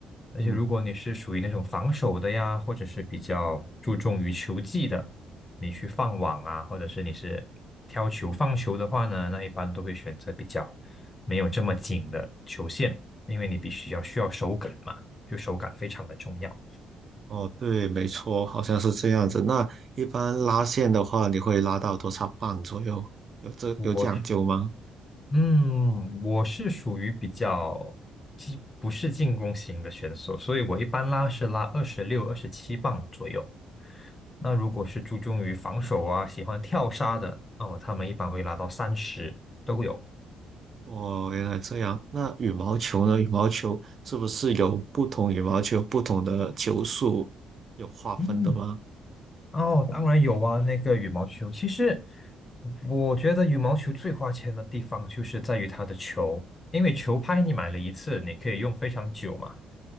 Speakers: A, on the left; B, on the right.
A: 而且如果你是属于那种防守的呀，
B: 嗯。
A: 或者是比较注重于球技的，你去放网啊，或者是你是挑球放球的话呢，那一般都会选择比较没有这么紧的球线，因为你必须要需要手感嘛，就手感非常的重要。
B: 哦，对，没错，好像是这样子。那一般拉线的话，你会拉到多少磅左右？有这有讲究吗？
A: 我是嗯，我是属于比较既不是进攻型的选手，所以我一般拉是拉二十六、二十七磅左右。那如果是注重于防守啊，喜欢跳杀的，哦，他们一般会拉到三十都有。
B: 哦，原来这样。那羽毛球呢？羽毛球是不是有不同羽毛球不同的球速有划分的吗？
A: 嗯，哦，当然有啊，那个羽毛球。其实我觉得羽毛球最花钱的地方就是在于它的球，因为球拍你买了一次，你可以用非常久嘛。